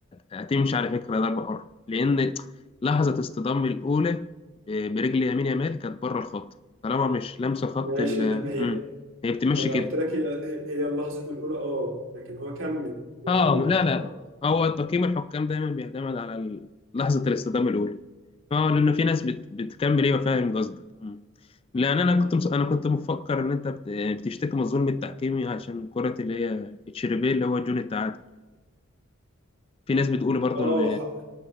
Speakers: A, on the left (about 25°); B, on the right (about 70°).
A: هتمشي على فكره ضربه حره لان لحظه اصطدام الاولى ب- برجل يمين يامال كانت بره الخط طالما مش لامسه خط
B: ماشي
A: ال
B: لا ما هي
A: مم. هي بتمشي
B: ما انا
A: كده
B: قلت لك هي هي اللحظه الاولى اه لكن هو كمل هو
A: اه
B: ما
A: لا لا هو تقييم الحكام دايما بيعتمد على ال- لحظه الاصطدام الاولى اه لان في ناس بت... بتكمل ايه وفاهم قصدك مم. لان انا كنت مس... انا كنت مفكر ان انت بت... بتشتكي من ظلم التحكيم عشان كره اللي هي تشيربيه اللي هو جون التعادل في ناس بتقول برضو
B: اه
A: ان
B: ح-